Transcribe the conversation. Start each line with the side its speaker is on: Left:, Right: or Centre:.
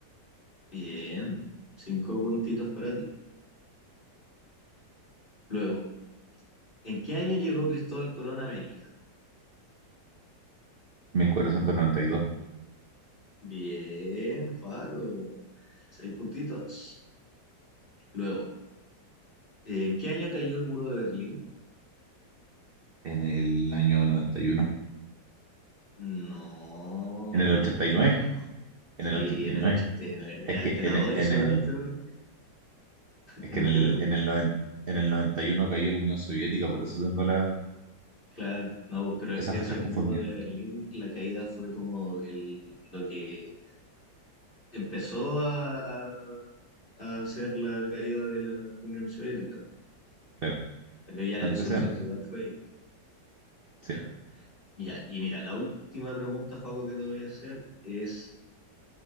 Left: Bien, cinco puntitos para ti. Luego, ¿en qué año llegó Cristóbal Colón a América?
Right: mil cuatrocientos noventa y dos.
Left: Bien, Juaco, seis puntitos. Luego, ¿en qué año cayó el muro de Berlín?
Right: en el año noventa y uno.
Left: No,
Right: en
Left: papito,
Right: el 89.
Left: equivocado. Sí,
Right: en el ochenta
Left: en
Right: y nueve.
Left: el 89. Mira,
Right: Es que
Left: te
Right: en,
Left: la doy
Right: e- en
Left: solamente
Right: el,
Left: porque...
Right: es
Left: ¿En
Right: que
Left: el
Right: en el,
Left: qué, verdad?
Right: en el, noven- en el 91 cayó la Unión Soviética, por eso tengo la,
Left: Claro, no, pues, pero
Right: esas
Left: piensa
Right: fechas
Left: que
Right: confundidas.
Left: el muro de Berlín, la caída fue como el, lo que empezó a, a- a hacer la caída de la Unión Soviética,
Right: Claro,
Left: pero ya la
Right: antecedentes,
Left: disolución total fue ahí,
Right: sí,
Left: claro. Ya, y mira, la última pregunta, Joaco, que te voy a hacer es,